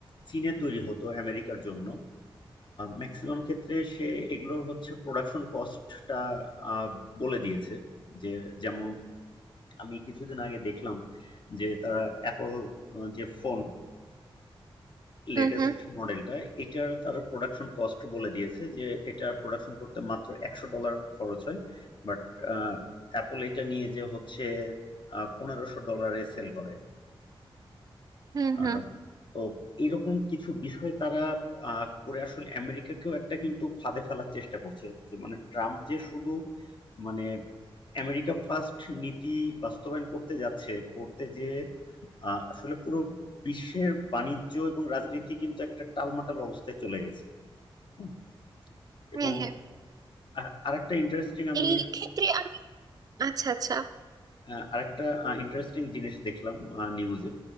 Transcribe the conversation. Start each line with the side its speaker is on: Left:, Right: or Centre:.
Left: চীনে তৈরি হতো আমেরিকার জন্য ম্যাক্সিমাম ক্ষেত্রে সে এগুলোর হচ্ছে প্রোডাকশন কস্টটা বলে দিয়েছে যে যেমন আমি কিছুদিন আগে দেখলাম যে তারা অ্যাপল যে ফোন
Right: হুম
Left: লেটেস্ট
Right: হুম
Left: মডেলটা এটার তারা প্রোডাকশন কস্ট বলে দিয়েছে যে এটা প্রোডাকশন করতে মাত্র একশো ডলার খরচ হয় বাট অ্যাপল এটা নিয়ে যে হচ্ছে পনেরোশো ডলারে সেল করে
Right: হুম
Left: আহ,
Right: হুম
Left: তো এইরকম কিছু বিষয়ে তারা আহ, করে আসলে আমেরিকাকেও একটা কিন্তু ফাঁদে ফেলার চেষ্টা করছে যে মানে ট্রাম্প যে শুধু মানে আমেরিকা ফার্স্ট নীতি বাস্তবায়ন করতে যাচ্ছে করতে যে আহ, আসলে পুরো বিশ্বের বাণিজ্য এবং রাজনীতি কিন্তু একটা টালমাটাল অবস্থায় চলে গেছে হুম,
Right: হ্যাঁ
Left: এবং
Right: হ্যাঁ
Left: আর আরেকটা ইন্টারেস্টিং আমি
Right: এই ক্ষেত্রে আমি আচ্ছা আচ্ছা
Left: আহ, আরেকটা ইন্টারেস্টিং জিনিস দেখলাম নিউজে